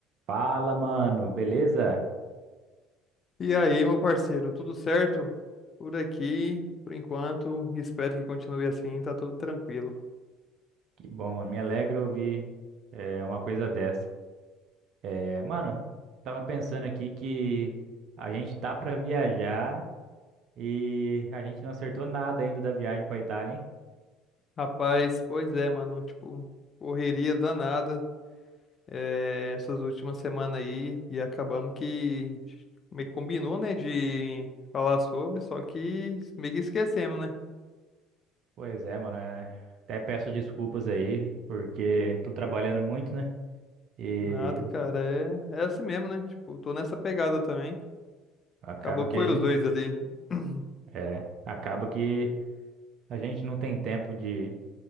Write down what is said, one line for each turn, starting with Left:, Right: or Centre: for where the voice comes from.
Right: Fala, mano, beleza?
Left: E aí, meu parceiro, tudo certo? Por aqui, por enquanto, espero que continue assim, tá tudo tranquilo.
Right: Que bom, mano. Me alegra ouvir é, uma coisa dessa. É, mano, tava pensando aqui que a gente tá pra viajar e a gente não acertou nada ainda da viagem pra Itália, hein?
Left: Rapaz, pois é, mano, tipo, correria danada eh, essas últimas semanas aí e acabamos que meio que combinou, né, de falar sobre, só que meio que esquecemos, né?
Right: Pois é, mano. é, Até peço desculpas aí, porque tô trabalhando muito, né? E
Left: Nada, cara, é, é assim mesmo, né? Tipo, tô nessa pegada também.
Right: acaba
Left: Acabou
Right: que
Left: que foi
Right: a gente,
Left: os dois ali. <clears throat>
Right: é, acaba que a gente não tem tempo de,